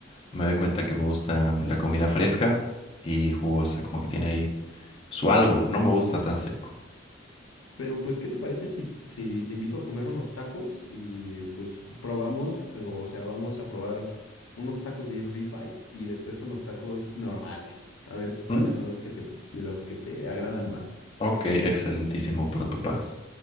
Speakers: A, on the left; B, on the left.
A: me doy cuenta que me gusta la comida fresca y jugosa, como que tiene ahí Su algo, no me gusta tan seco.
B: Pero pues, ¿qué te parece si, si te invito a comer unos tacos y pues probamos, eh, o sea, vamos a probar unos tacos de ribeye y después unos tacos normales, a ver cuáles
A: Mm,
B: son los que te, los que te agradan más.
A: Ok, excelentísimo, pero tú pagas.